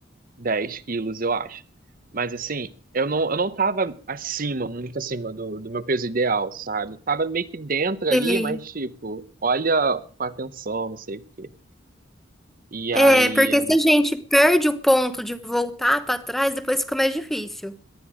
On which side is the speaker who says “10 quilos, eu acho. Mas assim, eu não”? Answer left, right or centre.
Right